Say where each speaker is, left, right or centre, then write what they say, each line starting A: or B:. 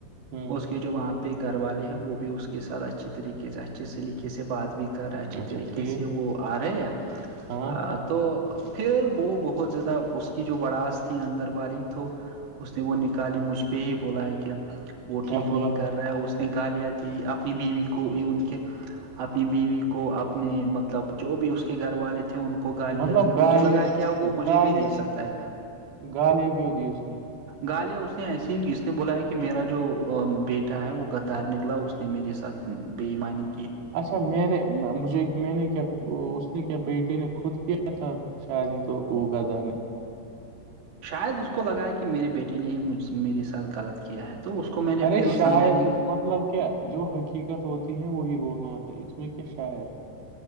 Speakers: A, on the right (about 65°); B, on the right (about 80°).
A: ہوں
B: اس کے جو وہاں پہ گھر والے ہیں وہ بھی اس کے ساتھ اچھی طریقے سے اچھے سے طقے سے بات بھی کر رہا اچھی
A: اچھا
B: طریقے
A: ٹھیک
B: سے وہ آ رہے ہیں
A: ہاں
B: تو پھر وہ بہت زیادہ اس کی جو بڑاشت تھی اندر والی تو اس نے وہ نکالی مجھ پہ ہی بولایا کہ وہ ٹھیک
A: کیا بولا
B: نہیں کر رہا اس نے گالیاں دی اپنی بیوی کو یہ ان کے اپنی بیوی کو اپنے مطلب جو بھی اس کے گھر والے تھے ان کو گالیاں
A: مطلب
B: دی
A: گالے
B: مجھے لگا ہے کیا وہ مجھے
A: گالے
B: بھی دے سکتا ہے
A: گالیاں کیوں دی اس نے
B: گالیا اس نے ایسی جس نے بلایا کہ کہ میرا جو بیٹا ہے وہ غدار نکلا اس نے میرے ساتھ بےئیمانی
A: اچھا میں نے مجھے میں نے کیا اس نے کیا بیٹے نے خود کیا تھا شاہ ہی تو ہو گد نہیں
B: شاید اس کو لگا ہے کہ میرے بیٹے نے ہی مجھ میرے ساتھ غلط کیا ہے تو اس کو میں نے
A: ارے
B: پھر وہ
A: شاید
B: سمجھانے کی
A: مطلب کیا جو حقیقت ہوتی ہے وہی بولنا ہوتا ہے اس میں کیا شاید